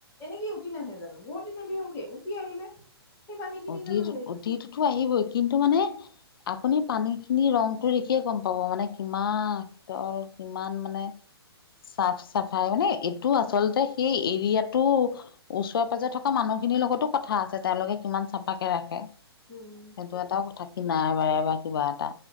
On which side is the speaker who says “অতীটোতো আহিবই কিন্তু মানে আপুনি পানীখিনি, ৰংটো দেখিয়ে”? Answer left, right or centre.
Left